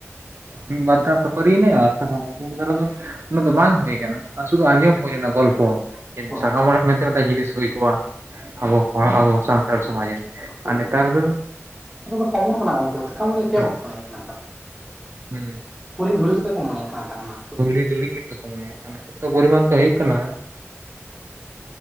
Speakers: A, on the right; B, in the centre.
A: ᱢᱤᱫ ᱵᱟᱨ ᱫᱷᱟᱣ ᱵᱮᱯᱟᱨᱤ ᱱᱟᱭ ᱥᱟᱠᱟᱢ ᱚᱲᱮᱡ ᱩᱱ ᱫᱟᱨᱟ ᱫᱚ ᱩᱱᱟᱹᱜ ᱫᱚ ᱵᱟᱝ ᱦᱩᱭ ᱟᱠᱟᱱᱟ ᱟᱨ ᱥᱩᱫᱷᱩ ᱟᱸᱡᱚᱢ ᱦᱩᱭ ᱞᱮᱱᱟ ᱜᱚᱞᱯᱚ
B: ᱦᱳᱭ
A: ᱥᱟᱠᱟᱢ ᱦᱚᱲᱟᱜ ᱢᱮᱱᱛᱮ ᱢᱤᱫᱴᱟᱝ ᱡᱤᱱᱤᱥ ᱦᱩᱭ ᱠᱚᱜᱼᱟ ᱟᱵᱚ ᱟᱵᱚ ᱥᱟᱱᱛᱟᱲ ᱥᱚᱢᱟᱡᱽ ᱨᱮ
B: ᱚᱠᱚᱭ
A: ᱟᱨ ᱱᱮᱛᱟᱨ ᱫᱚ
B: ᱠᱚ ᱫᱚ ᱠᱚᱢᱚᱱ ᱠᱟᱱᱟ ᱜᱚᱝᱠᱮ ᱥᱟᱠᱟᱢ ᱢᱚᱱᱮ ᱪᱮᱫ
A: ᱦᱩᱸ
B: ᱵᱟᱠᱚ ᱢᱚᱱᱮᱫ ᱠᱟᱱ ᱛ
A: ᱦᱩᱸ
B: ᱠᱩᱞᱦᱤ ᱫᱷᱩᱲᱤ ᱞᱮᱠᱟ ᱠᱚ ᱢᱚᱱᱮᱫ ᱠᱟᱱᱟ ᱛᱟᱦᱮᱸᱱᱟ
A: ᱠᱩᱞᱤ ᱫᱷᱩᱲᱤ ᱜᱮᱛᱚᱠᱚ ᱢᱚᱱᱮ ᱟᱜ ᱠᱟᱱᱟ ᱮᱛᱚ ᱯᱚᱨᱤᱢᱟᱱ ᱫᱚ ᱦᱩᱭᱩᱜ ᱠᱟᱱᱟ